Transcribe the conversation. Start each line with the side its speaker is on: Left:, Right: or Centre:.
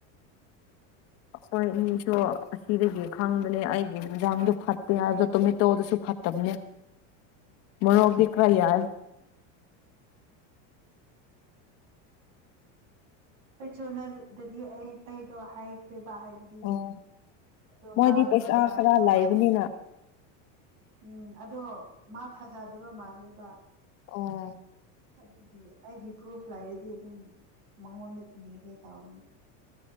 Left: ꯑꯩꯈꯣꯏ ꯃꯤꯁꯨ ꯑꯁꯤꯗꯒꯤ ꯈꯪꯕꯅꯦ ꯑꯩꯒꯤ ꯌꯦꯟꯖꯥꯡꯗꯨꯣ ꯐꯠꯇꯦ ꯍꯥꯏꯕꯗ ꯇꯣꯃꯦꯇꯣꯗꯨꯁꯨ ꯐꯠꯇꯕꯅꯦ ꯃꯣꯔꯣꯛꯗꯤ ꯈꯔ ꯌꯥꯏ
Right: ꯄꯩꯆꯣꯅꯥ ꯗꯗꯤ ꯑꯩ ꯑꯩꯗꯣ ꯍꯥꯏꯈ꯭ꯔꯦ ꯄꯥ ꯍꯥꯏꯕꯗꯤ
Left: ꯑꯣ
Right: ꯑꯗꯣ
Left: ꯃꯣꯏꯗꯤ
Right: ꯃꯥꯗꯣ
Left: ꯄꯩꯁꯥ
Right: ꯊꯥꯖꯗꯕ
Left: ꯈꯔ ꯂꯩꯕꯅꯤꯅ
Right: ꯃꯥ ꯎꯝ ꯑꯗꯣ ꯃꯥ ꯊꯥꯖꯗꯕ ꯃꯥꯜꯂꯦꯕ
Left: ꯑꯣ
Right: ꯑꯗꯨꯒꯤ ꯑꯩꯒꯤ ꯄ꯭ꯔꯨꯐ ꯂꯩꯔꯗꯤ ꯑꯗꯨ ꯃꯥꯉꯣꯟ ꯄꯤꯔꯒꯦ ꯇꯥꯅꯤ